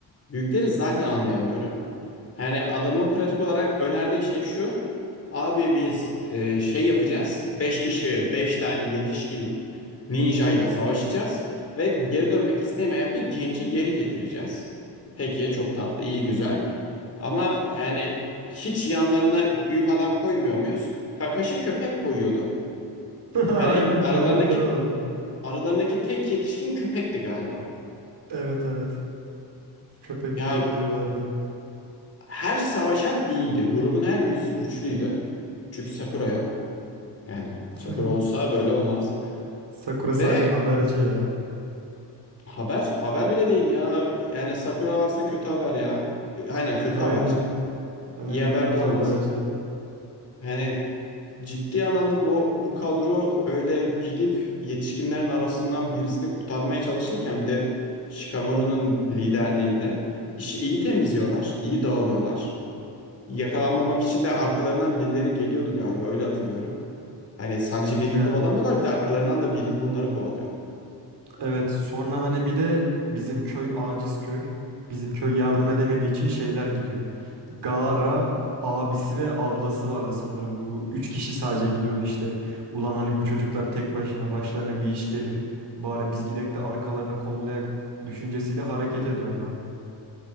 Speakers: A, on the left; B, on the right.
A: Büyükleri zaten anlayamıyorum. Yani adamın pratik olarak önerdiği şey şu. Abi biz e, şey yapacağız. beş kişi 5 tane yetişkin ninjayla savaşacağız. Ve geri dönmek istemeyen bir genci geri getireceğiz. Peki çok tatlı iyi güzel. Ama yani hiç yanlarına büyük adam koymuyor muyuz? Kakashi köpek koyuyordu.
B: <laughs> Aynen
A: Yani aralarındaki
B: köpekleri vardı.
A: aralarındaki tek yetişkin köpekti galiba.
B: Evet evet. Köpekle
A: Ya
B: gidiyorlardı.
A: her savaşan iyiydi. Grubun her üyesi güçlüydü. Çünkü Sakura yok. Yani
B: <laughs>
A: Sakura olsa böyle olmaz.
B: Sakura
A: Ve
B: sadece haberci ya.
A: haber haber bile değil ya. Yani Sakura varsa kötü haber ya. E, Aynen kötü
B: Aynen.
A: haberci.
B: Aynen
A: İyi haber
B: kötü
A: de olmaz.
B: haberci.
A: Yani Ciddi anlamda bu bu kadro öyle gidip yetişkinlerin arasından birisini kurtarmaya çalışırken bir de Shikamaru'nun liderliğinde işi iyi temizliyorlar, iyi dağılıyorlar. Yakalanmamak için de arkalarından birileri geliyordu galiba öyle hatırlıyorum. Hani sadece birini
B: Ya
A: kovalamıyorlar bir de arkalarından da biri bunları kovalıyor.
B: evet sonra hani bir de bizim köy aciz köy. Bizim köy yardım edemediği için şeyler gidiyor. Gaara abisi ve ablası vardı sanırım. Bu üç kişi sadece gidiyordu işte. Ulan hani bu çocuklar tek başına başlarına bir iş gelir. Bari biz gidek de arkalarını kollayak düşüncesiyle hareket ediyorlardı.